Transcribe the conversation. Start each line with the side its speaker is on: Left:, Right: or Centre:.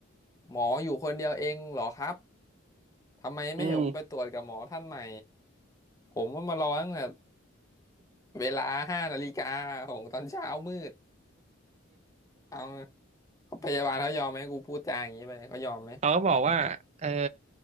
Left: หมออยู่คนเดียวเองเหรอครับ ทำไมไม่เห็นผมไปตรวจกับหมอท่านใหม่
Right: อืม
Left: ผมว่ามารอตั้งแต่เวลาห้านาฬิกาของตอนเช้ามืดเอาพยาบาลเขายอมไหมกูพูดจาอย่างนี้ไปเขายอมไหม
Right: เขาก็บอกว่าเออ